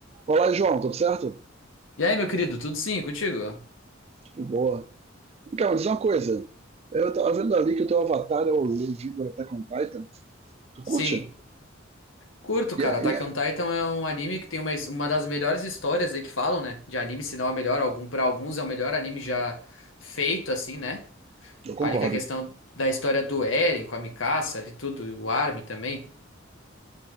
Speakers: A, on the right (about 30°); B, on the left (about 90°).
A: Olá, João, tudo certo?
B: E aí, meu querido, tudo sim contigo?
A: Tudo boa. Então, diz uma coisa. Eu tava vendo ali que o teu avatar é o Levi do Attack on Titan. Tu
B: Sim.
A: curte?
B: Curto, cara.
A: E é-
B: Attack
A: e é-
B: on Titan é um anime que tem uma, uma das melhores histórias aí que falam, né? De anime, se não é o melhor, algum, para alguns é o melhor anime já feito, assim, né?
A: Eu concordo.
B: Ali com a questão da história do Eren, com a Mikasa, de tudo, e o Armin também.